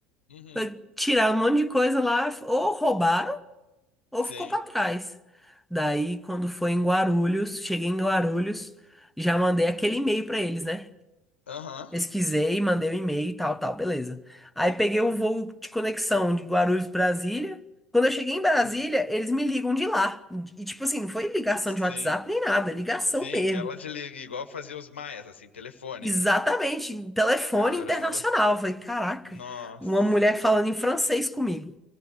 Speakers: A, on the left; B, in the centre.
A: Uhum.
B: Foi tirar um monte de coisa lá, f- ou roubaram, ou
A: Sim.
B: ficou pra trás. Daí, quando foi em Guarulhos, cheguei em Guarulhos, já mandei aquele e-mail pra eles, né?
A: Aham.
B: Pesquisei, mandei o e-mail e tal, tal, beleza. Aí peguei o voo de conexão de Guarulhos, Brasília. Quando eu cheguei em Brasília,
A: Uhum.
B: eles me ligam de lá. E, tipo assim, não foi ligação
A: Sim.
B: de WhatsApp nem nada, é ligação
A: Sim,
B: mesmo.
A: que ela desliga, igual fazia os maias, assim, telefone.
B: Exatamente, em telefone
A: Caramba.
B: internacional. Eu falei, caraca,
A: Nossa.
B: uma mulher falando em francês comigo.